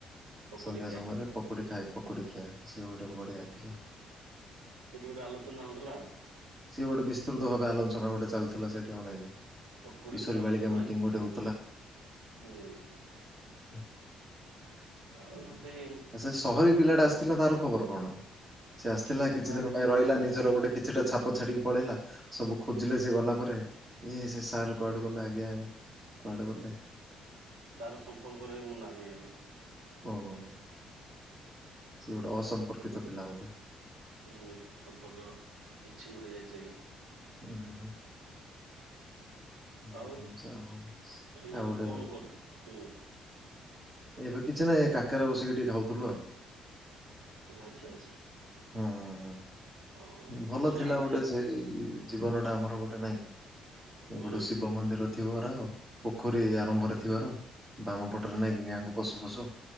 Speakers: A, on the right (about 60°); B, on the right (about 25°).
A: ପକୁଡି
B: ସନ୍ଧ୍ୟା
A: ଖିଆ
B: ସମୟରେ ପକୁଡ଼ି ଖାଏ ପକୁଡ଼ି ଖିଆ, ସିଏ ଗୋଟେ ବଢିଆ ଥିଲା।
A: ସେଠି ଗୋଟେ ଆଲୋଚନା ହଉଥିଲା ଆଉ।
B: ସିଏ ଗୋଟେ ବିସ୍ତୃତ ଭାବେ ଆଲୋଚନା ଗୋଟେ ଚାଲିଥିଲା ସେଇଠି ହଁ ନାଇଁ କି।
A: ପକୁଡି
B: କିଶୋରୀ
A: ଆଲୋଚନା
B: ବାଳିକା ମିଟିଂ ଗୋଟେ ହଉ
A: ହୁଁ
B: <unintelligible>
A: ଆଉ ସେଇ
B: ଆ ସେ ସହରୀ
A: ଏବେ ତ
B: ପିଲାଟା ଆସିଥିଲା ତାର ଖବର କଣ? ସେ ଆସିଥିଲା
A: ନାଇଁ
B: କିଛି
A: ତା
B: ଦିନ
A: ଖବର
B: ପାଇଁ ରହିଲା,
A: ମୁଁ
B: ନିଜର
A: ବି
B: ଗୋଟେ କି ଛି ଟା ଛାପ ଛାଡିକି ପଳେଇଲା। ସବୁ ଖୋଜିଲେ ସେ ଗଲା ପରେ। ସେ ସାର୍ କୁଆଡେ ଗଲେ ଆଜ୍ଞା। କୁଆଡ଼େ ଗଲେ?
A: ତାର ସମ୍ପର୍କରେ ମୁଁ ନାହିଁ ଏବେ।
B: ଓହୋ ସିଏ ଗୋଟେ ଅସମ୍ପର୍କିତ ପିଲା ବୋଧେ।
A: ହୁଁ ସମ୍ପର୍କ ବିଚ୍ଛିନ୍ନ ହୋଇଯାଇଚି ଏବେ।
B: ଉଁ ହୁଁ ହୁଁ। ହୁଁ
A: ଆଉ
B: ଯା ହଉ।
A: ହେଲେ
B: ଆଉ
A: ଏବେ
B: ଗୋଟେ
A: କଣ କରୁ ହୁଁ।
B: ଏବେ କିଛି ନାହିଁ କାକରା ବସିକି ଟିକେ ଖାଉଥିଲୁ ଆଉ।
A: ଓ ଆଚ୍ଛା ଆଚ୍ଛା।
B: ହୁଁ।
A: ଆଉ
B: ଭଲ
A: ମୁଁ
B: ଥିଲା
A: ଜାଣିଲି
B: ଗୋଟେ
A: ଯେ
B: ସେଇ ଜୀବନଟା ଆମର ଗୋଟେ ନାଇଁ।
A: ହୁଁ
B: ଏପଟୁ ଶିବ ମନ୍ଦିର ଥିବାର ପୋଖରୀ ଆରମ୍ଭ ରେ ଥିବାର ବାମ ପଟରେ ନାଇଁ କି ଗାଁକୁ ପଶୁ ପଶୁ